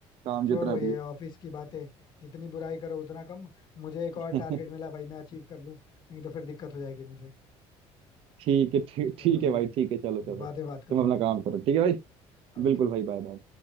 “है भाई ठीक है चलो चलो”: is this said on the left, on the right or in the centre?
Right